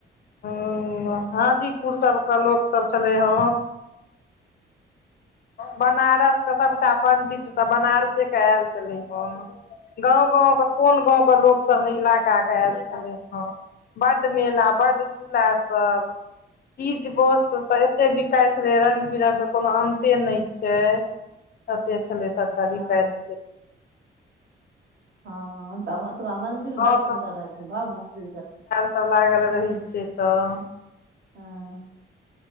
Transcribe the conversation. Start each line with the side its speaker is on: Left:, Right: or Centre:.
Left: ह हाजीपुर सभके लोक सभ छलै ह बनारसके सभटा पंडित सभ बनारसे के आयल छलै हन गाव गाव के कोन गाव के लोक सभ ने इलाका के आयल छलैह
Right: हँ
Left: बड़ मेला, बड़ झूला सभ चीज वस्त तऽ एते बिकाइत रहे रंग-बिरंग के कोनो अ ते नहि छै। कते छलै सस्ता
Right: हँ
Left: बिकायत स
Right: हँ तऽ तका मंन्दिर
Left: गाँव
Right: बड़ सुन्दर हथिन, भव मन्दिर छथिन
Left: सभ लागल रहै छियै तऽ
Right: हँ